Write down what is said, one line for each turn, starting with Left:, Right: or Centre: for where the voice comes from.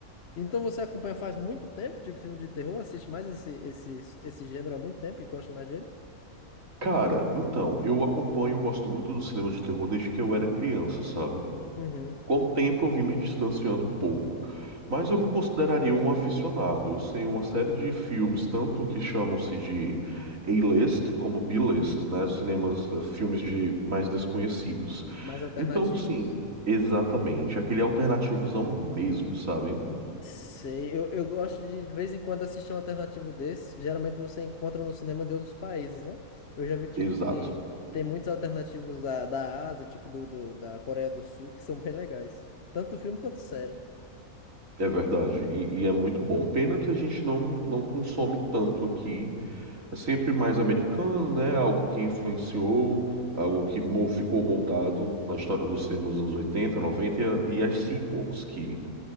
Left: Então você acompanha faz muito tempo, tipo filme de terror? Assiste mais esse, esse, esse gênero há muito tempo e gosta mais dele?
Right: Cara, então, eu acompanho, eu gosto muito do cinema de terror desde que eu era criança, sabe?
Left: Uhum.
Right: Com o tempo eu vim me distanciando um pouco, mas eu me consideraria um aficionado. Eu sei uma série de filmes, tanto que chamam-se de A-list como B-list, né? Cinemas, eh, filmes de mais desconhecidos.
Left: Mais alternativos.
Right: Então, sim, exatamente. Aquele alternativozão mesmo, sabe?
Left: Sei, eu, eu gosto de, de vez em quando assistir um alternativo desse. Geralmente você encontra no cinema de outros países, né? Eu já vi, tipo,
Right: Exato.
Left: que tem muitos alternativos da, da Ásia, tipo, do, do- da Coreia do Sul, que são bem legais. Tanto filme quanto série.
Right: É verdade. E, e é muito bom. Pena que a gente não, não consome tanto aqui É sempre mais americano, né? Algo que influenciou, algo que mo- ficou moldado na história do cinema dos anos 80, 90 e a- e as sequels, que,